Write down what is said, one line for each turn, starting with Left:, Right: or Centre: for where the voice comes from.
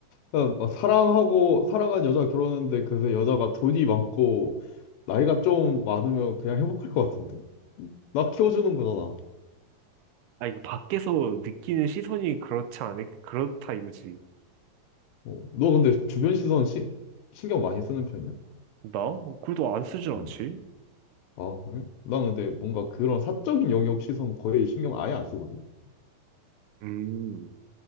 Left: 그러니까 막 사랑하고 사랑한 여자가 결혼했는데 그래서 여자가 돈이 많고 나이가 좀 많으면 그냥 행복할 것 같은데? 나 키워주는 거잖아.
Right: 아, 이거 밖에서 느끼는 시선이 그렇지 않을, 그렇다 이거지.
Left: 어. 너 근데 주변 시선 시, 신경 많이 쓰는 편이야?
Right: 나? 어, 글도 안 쓰진 않지?
Left: 어. 아 그래? 난 근데 뭔가 그런 사적인 영역 시선 거의 신경 아예 안 쓰거든.
Right: 음.